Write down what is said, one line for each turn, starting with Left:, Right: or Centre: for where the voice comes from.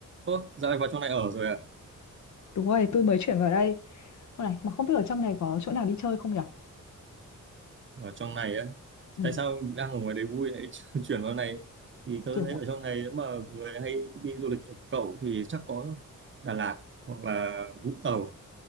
Right: Ô, dạo này vào trong này ở rồi à?
Left: Đúng rồi, tôi mới chuyển vào đây. Ô này, mà không biết ở trong này có chỗ nào đi chơi không nhở?
Right: Ở trong này á?
Left: Ừ,
Right: Tại sao đang ở ngoài đấy vui lại <laughs> chuyển vào này? Thì tớ
Left: kiểu
Right: thấy ở trong này nếu mà người hay đi du lịch như cậu thì chắc có Đà Lạt hoặc là Vũng Tàu,